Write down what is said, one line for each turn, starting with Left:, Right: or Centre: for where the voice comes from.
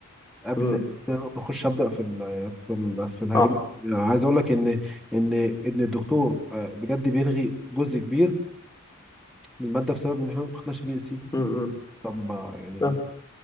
Centre: قبل
Left: مم.
Centre: ما اخش ابدا في ال في ال في الهيدروليك
Left: صح
Centre: عايز اقول لك ان ان ان الدكتور آه، بجد بيلغي جزء كبير من الماده بسبب ان احنا ما خدناش بي ال سي
Left: مم، مم.
Centre: طب ما يعني
Left: سهل-